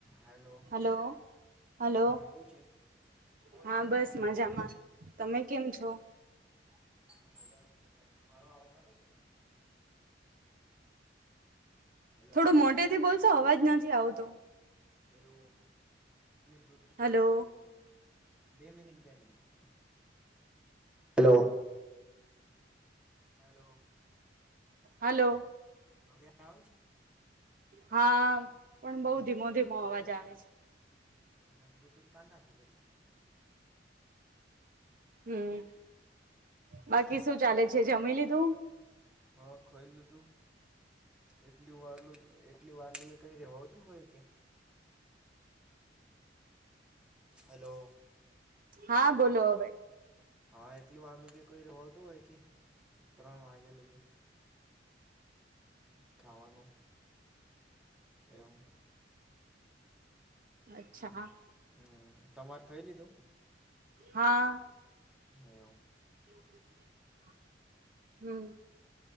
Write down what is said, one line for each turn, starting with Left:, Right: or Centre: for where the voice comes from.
Centre: Hello
Right: hello hello
Centre: કેવું છે અવાજ
Right: હા
Centre: આવે
Right: બસ
Centre: છે
Right: મજામાં તમે કેમ છો
Centre: મજામાં મારો અવાજ આવે છે હેલો
Right: થોડું મોટે થી બોલશો અવાજ નથી આવતો
Centre: એવું બ્લુટૂથ કનેક્ટ
Right: હલો
Centre: કરું છું બે મિનીટ, બે મિનીટ, હલો હલો
Right: હલો
Centre: હવે આવે છે
Right: હા, પણ બઉ ધીમો ધીમો અવાજ આવે છે
Centre: મે બ્લુટૂથ કાઢ નાખું પછી
Right: હમ, બાકી શું ચાલે છે જમી લીધું
Centre: હા ખાઈ લીધું એટલી વારલું એટલી વારલું એ કઈ રહેવાતું હોય કે હલો
Right: હા, બોલો હવે
Centre: હા, એટલી વારું કે કોઈ હોતું હોય કે ત્રણ વાગેલગી ખાવાનું, એમ
Right: અચ્છા
Centre: હમ તમારે કઈ લીધું
Right: હા
Centre: એવું
Right: <inaudible> હમ